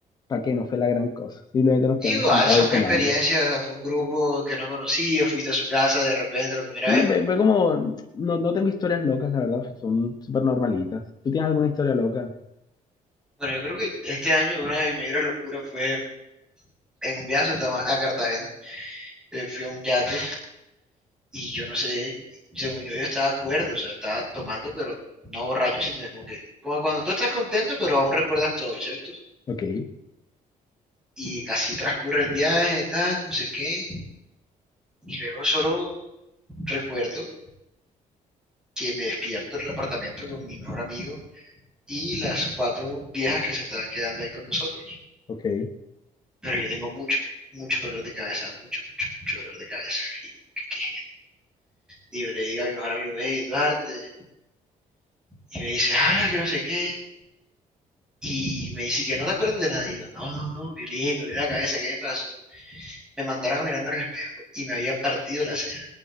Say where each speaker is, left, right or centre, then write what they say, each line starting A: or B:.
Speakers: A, on the left (about 30°); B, in the centre.
A: para que no fue la gran cosa. Simplemente nos quedamos
B: Igual,
A: sentados
B: son
A: ahí tomando.
B: experiencias, o sea, fue un grupo que no conocía, fuiste a su casa de repente la primera
A: Sí,
B: vez.
A: ve fue como, no, no tengo historias locas, la verdad, son súper normalitas. ¿Tú tienes alguna historia loca?
B: Bueno, yo creo que este año una de mis mayores locuras fue en un viaje a, Santa Ma- a Cartagena. Eh, fui a un yate y yo no sé, según yo, yo estaba acuerdo, o sea, estaba tomando, pero no borracho, sino como que, como cuando tú estás contento, pero aún recuerdas todo, ¿cierto?
A: Ok,
B: Y así transcurre el viaje, tal, no sé qué. Y luego solo recuerdo que me despierto en el apartamento con mi mejor amigo y las cuatro viejas que se estaban quedando ahí con nosotros.
A: ok.
B: Pero yo tengo mucho, mucho dolor de cabeza, mucho, mucho, mucho dolor de cabeza. Y yo, ¿qué, qué y le digo a mi mejor amigo, hey, Duarte, y me dice, ah, que no sé qué, y me dice que no te acuerdas de nada, y yo, no, no, no, y yo le dije, me miré la cabeza, ¿qué me pasó? Me mandaron a mirarme en el espejo y me había partido la ceja.